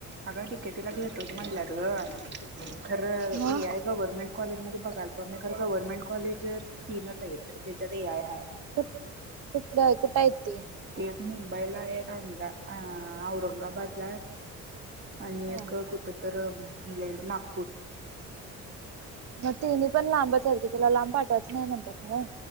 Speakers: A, on the right; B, on the right.
A: अगं डी के टी ला घेतोच म्हटल्यात ग, खरं
B: मग
A: ए आय गव्हर्नमेंट कॉलेज मध्ये बघाल तो मी खर गव्हर्नमेंट कॉलेज, तीनच आहेत ज्याच्यात ए आय हाय.
B: कुठ, कुठल कुठं हाईत ती.
A: एक मुंबईला एक आमदा अ औरंगाबादला हाय. आणि
B: हा
A: एक कुठ तर म्हनलेली नागपू
B: म तेने पण लांबच हाईत की तुला लांब पाठवायचं नाही म्हणत्यात नव.